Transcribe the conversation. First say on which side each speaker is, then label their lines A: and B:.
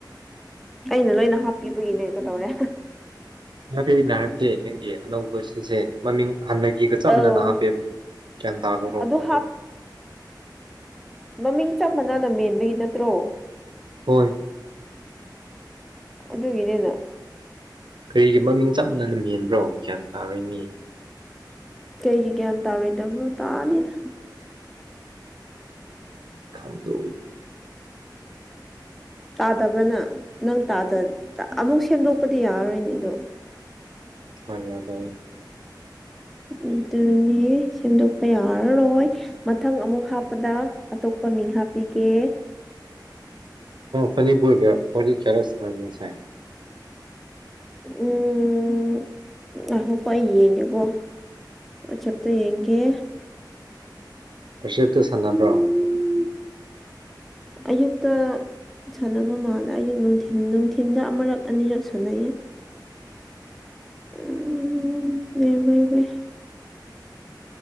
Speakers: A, in the centre; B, on the right.
A: ꯑꯩꯅ ꯂꯣꯏꯅ ꯍꯥꯞꯄꯤꯕꯒꯤꯅꯦ ꯀꯗꯧꯔꯦ
B: ꯍꯥꯏ ꯑꯩꯅꯣ ꯍꯥꯏꯕꯗꯤ ꯅꯪꯒꯤ ꯑꯅꯧꯕ ꯁꯤꯁꯦ ꯃꯃꯤꯡ ꯍꯥꯟꯅ ꯒꯤꯒ ꯆꯞ
A: ꯑꯧ
B: ꯃꯅꯅ ꯍꯥꯞꯄꯦꯕ ꯒ꯭ꯌꯥꯟ ꯇꯥꯈ꯭ꯔꯣꯕ
A: ꯑꯗꯨ
B: ꯑꯗꯣ
A: ꯍꯥꯞ ꯃꯃꯤꯡ ꯆꯞ ꯃꯥꯟꯅꯅ ꯃꯦꯟꯕꯒꯤ ꯅꯠꯇ꯭ꯔꯣ
B: ꯍꯣꯏ
A: ꯑꯗꯨꯗꯒꯤꯅꯦꯅ
B: ꯀꯔꯤꯒꯤ ꯃꯃꯤꯡ ꯆꯞ ꯃꯥꯟꯅꯅ ꯃꯦꯟꯕ꯭ꯔꯣ ꯒ꯭ꯌꯥꯟ ꯇꯥꯔꯣꯏ ꯃꯤ
A: ꯀꯩꯒꯤ ꯒ꯭ꯌꯥꯟ ꯇꯥꯔꯣꯏꯗꯕꯅꯣ ꯇꯥꯅꯤꯗ
B: ꯈꯝꯗꯣ
A: ꯇꯥꯗꯕ꯭ꯔꯥꯅ ꯅꯪꯗ ꯑꯃꯨꯛ ꯁꯦꯝꯗꯣꯛꯄꯗꯤ ꯌꯥꯔꯔꯣꯏꯅꯤ ꯑꯗꯣ
B: ꯌꯥꯗꯕꯅꯤ
A: ꯑꯗꯨꯅꯦ ꯁꯦꯝꯗꯣꯛꯄ ꯌꯥꯔꯔꯣꯏ ꯃꯊꯪ ꯑꯃꯨꯛ ꯍꯥꯞꯄꯗ ꯄ ꯃꯤꯡ ꯍꯥꯞꯄꯤꯒꯦ
B: ꯃꯅꯤꯄꯨꯔ ꯀ ꯋꯥꯔꯤ ꯀꯦꯔꯂꯁꯁꯥꯏ
A: ꯎꯝ ꯑꯣ ꯀꯏ ꯌꯦꯡꯉꯦꯀꯣ ꯆꯞꯇ ꯌꯦꯡꯒꯦ
B: ꯄꯁꯤꯞꯇ ꯁꯥꯟꯅꯕ꯭ꯔꯣ
A: ꯎꯝ ꯑꯌꯨꯛꯇ ꯁꯥꯟꯅꯕ ꯃꯥꯜꯂꯦ ꯑꯌꯨꯛ ꯅꯨꯡꯊꯤꯟ ꯅꯨꯡꯊꯤꯟꯗ ꯑꯃꯔꯛ ꯑꯅꯤꯔꯛ ꯁꯥꯟꯅꯩꯌꯦ ꯎꯝ <inaudible>